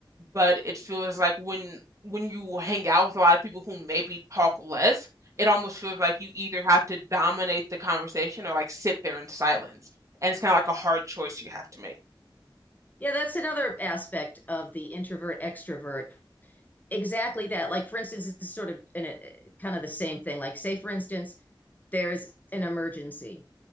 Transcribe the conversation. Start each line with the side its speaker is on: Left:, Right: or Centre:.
Right: But it feels like when when you hang out with a lot of people who maybe talk less, it almost feels like you either have to dominate the conversation or like sit there in silence. And it's kind of like a hard choice you have to make.
Left: Yeah, that's another aspect of the introvert extrovert. Exactly that. Like, for instance, it's sort of in a, kind of the same thing. Like, say, for instance, there's an emergency